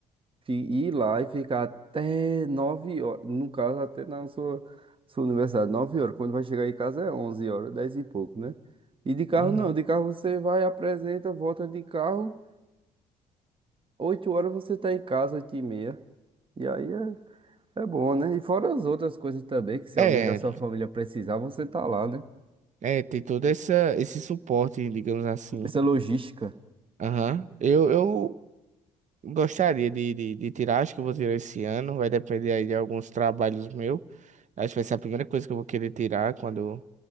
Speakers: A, on the right; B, on the right.
A: fi- ir lá e ficar até nove horas. No caso, até na sua, sua universidade, nove horas. Quando vai chegar em casa é onze horas, dez e pouco, né? E de carro
B: Uhum.
A: não, de carro você vai, apresenta, volta de carro. Oito horas você tá em casa, oito e meia. E aí é, é bom, né? E fora as outras coisas também, que se
B: É,
A: alguém da sua família precisar, você tá lá, né?
B: é, tem todo essa, esse suporte, digamos assim.
A: Essa logística,
B: Aham. Eu, eu Gostaria de, de, de tirar, acho que eu vou tirar esse ano, vai depender aí de alguns trabalhos meus. Acho que vai ser a primeira coisa que eu vou querer tirar quando